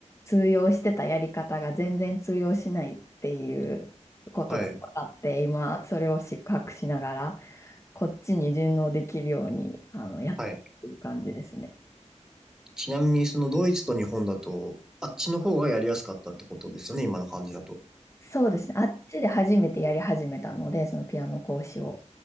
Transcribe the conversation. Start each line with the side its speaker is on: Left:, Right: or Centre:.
Left: 通用してたやり方が全然通用しないっていうことが分かって、
Centre: はい。
Left: 今それを失格しながら、こっちに順応できるように、あの、やってっていう感じですね。
Centre: はい。ちなみに、そのドイツと日本だと、あっちの方がやりやすかったってことですよね、今の感じだと。
Left: そうですね。あっちで初めてやり始めたので、そのピアノ講師を。